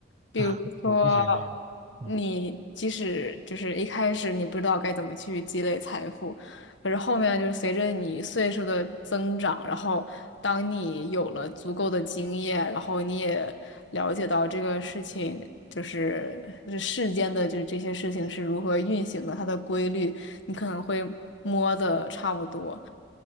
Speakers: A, on the left; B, on the right.
A: 比如说，
B: <laughs> 我不觉得呀。嗯
A: 你即使就是一开始你不知道该怎么去积累财富，可是后面就是随着你岁数的增长，然后当你有了足够的经验，然后你也了解到这个事情就是这世间的就是这些事情是如何运行的，它的规律，你可能会摸的差不多。